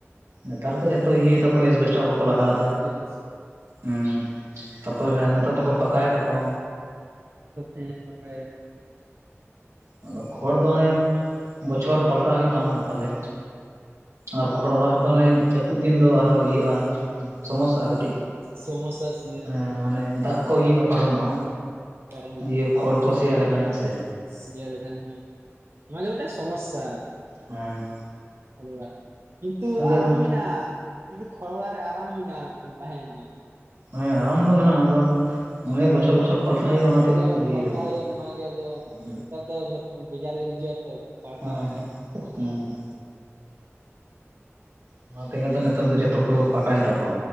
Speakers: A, on the right (about 85°); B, on the right (about 55°).
A: ᱱᱮᱛᱟᱨ ᱫᱚ ᱡᱚᱛᱚ ᱤᱭᱟᱹᱭ ᱫᱟᱠᱚ ᱮᱥᱵᱮᱥᱴᱟᱨ ᱠᱚᱠᱚ ᱞᱟᱜᱟᱣ ᱮᱫᱟ
B: ᱮᱰᱵᱮᱥ <unintelligible>
A: ᱦᱩᱸ ᱛᱟᱯᱚᱨ ᱱᱤᱛᱚᱜ ᱫᱚᱠᱚ ᱯᱟᱠᱟᱭ ᱫᱟᱠᱚ
B: ᱦᱮᱸ ᱯᱟᱠᱟᱭ
A: ᱦᱩᱸ ᱟᱫᱚ ᱠᱷᱚᱲ ᱫᱚ ᱚᱱᱮ ᱵᱚᱪᱷᱚᱨ ᱯᱟᱞᱴᱟᱣ ᱦᱩᱭᱩᱜ ᱛᱟᱢᱟ ᱛᱟᱦᱞᱮ ᱟᱨ ᱠᱷᱚᱲ ᱚᱲᱟᱜ ᱨᱮᱫᱚ ᱚᱱᱮ ᱡᱟᱹᱯᱩᱫ ᱫᱤᱱ ᱫᱚ ᱟᱨᱦᱚᱸ ᱤᱭᱟᱹᱜᱼᱟ ᱥᱚᱢᱚᱥᱥᱟᱜ-ᱟ ᱠᱟᱹᱴᱤᱡ
B: ᱥᱚᱢᱳᱥᱥᱟ <unintelligible>
A: ᱦᱮ ᱢᱟᱱᱮ ᱫᱟᱜ ᱠᱚ ᱤᱭᱟᱹᱜ-ᱟ ᱯᱟᱨᱚᱢᱚᱜᱼᱟ
B: ᱯᱟᱨᱚᱢᱚᱜᱼᱟ
A: ᱤᱭᱟᱹ ᱠᱷᱚᱲ ᱠᱚ ᱥᱮᱭᱟ ᱞᱮᱠᱷᱟᱱ ᱦᱮᱸᱥᱮ
B: ᱥᱤᱭᱟ ᱞᱮᱠᱷᱟᱱ ᱚᱱᱟᱜᱮ ᱢᱤᱫᱴᱟᱱ ᱥᱚᱢᱚᱥᱥᱟ᱾
A: ᱦᱚᱸ
B: <unintelligible> ᱠᱤᱱᱛᱩ ᱟᱨᱟᱢ
A: ᱦᱮᱸ
B: ᱢᱮᱱᱟᱜᱼᱟ ᱠᱤᱱᱛᱩ ᱠᱷᱚᱲ ᱚᱲᱟ ᱨᱮ ᱟᱨᱟᱢ ᱢᱮᱱᱟᱜᱼᱟ ᱢᱤᱫᱴᱟᱱ ᱛᱟᱦᱮᱱ ᱢᱮ᱾
A: ᱦᱮᱸ ᱟᱨᱟᱢ ᱫᱚ ᱢᱮᱱᱟᱜᱼᱟ ᱟᱫᱚ ᱚᱱᱮ ᱵᱚᱪᱷᱚᱨ ᱵᱚᱪᱷᱚᱨ <unintelligible>
B: ᱟᱫᱚ
A: ᱤᱭᱟᱹᱭ
B: ᱯᱟᱞᱴᱟᱭ
A: ᱫᱟᱠᱚ
B: ᱦᱩᱭᱩᱜ-ᱟ ᱱᱚᱣᱟ ᱜᱮ ᱟᱫᱚ
A: ᱦᱩᱸ
B: ᱱᱮᱛᱟᱨ ᱫᱚ ᱡᱷᱚ ᱵᱮᱡᱟᱨ ᱜᱮ ᱵᱩᱡᱷᱟᱹᱜᱼᱟ ᱛᱚ ᱯᱟᱞᱴᱟᱣ
A: ᱦᱮᱸ
B: ᱞᱮᱠᱷᱟᱱ
A: ᱦᱮᱸ ᱦᱮᱸ ᱱᱚᱣᱟ ᱛᱮᱜᱮ ᱟᱫᱚ ᱱᱮᱛᱟᱨ ᱫᱚ ᱡᱚᱛᱚ ᱠᱚ ᱯᱟᱠᱟᱭ ᱫᱟᱠᱚ